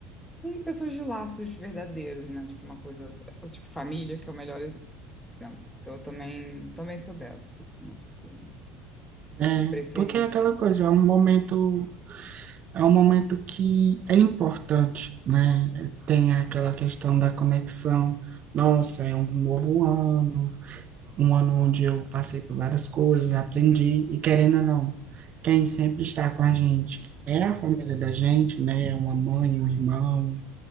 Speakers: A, in the centre; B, on the right.
A: pessoas de laços verdadeiros, né, tipo uma coisa, tipo família, que é o melhor exemplo. Então eu também, também sou dessas, assim, tipo,
B: É,
A: de preferir
B: porque é
A: ficar.
B: aquela coisa, é um momento, é um momento que é importante, né? Tem aquela questão da conexão. Nossa, é um novo ano, um ano onde eu passei por várias coisas, aprendi, e querendo ou não, quem sempre está com a gente é a família da gente, né? É uma mãe, um irmão.